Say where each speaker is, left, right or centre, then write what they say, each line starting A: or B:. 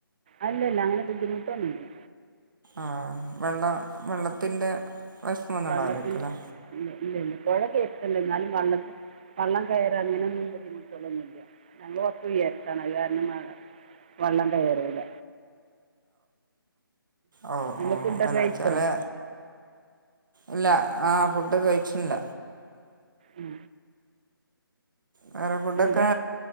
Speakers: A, on the right; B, on the right.
A: അല്ല ഇല്ല അങ്ങനെ ബുദ്ധിമുട്ടൊന്നുമില്ല
B: ആഹ വെള്ളം വെള്ളത്തിന്റെ പ്രശ്നം ഒന്നും
A: വെള്ളത്തിൻ്റെ
B: ഉണ്ടാവിലേയ്കുലെ
A: ഇല്ല ഇല്ല ഇല്ല പുഴയൊക്കെ എരുത്തുണ്ട് എന്നാലും വള്ളം കയറാ അങ്ങനെയൊന്നും ബുദ്ദിമുട്ടുകളൊന്നുംല്ല ഞങ്ങൾ കുറച്ച്ഉയരത്താണ് അത് കാരണം വെള്ളം കയറൂല
B: ഓ
A: നിങ്ങൾ
B: ഓ
A: ഫുഡൊക്കെ
B: എന്നാച്ചാല്
A: കഴിച്ചോ
B: ഇല്ല ആ ഫുഡ് കഴിച്ചില്ല
A: ഉം
B: വേറെ ഫുഡൊക്കെ
A: എന്താ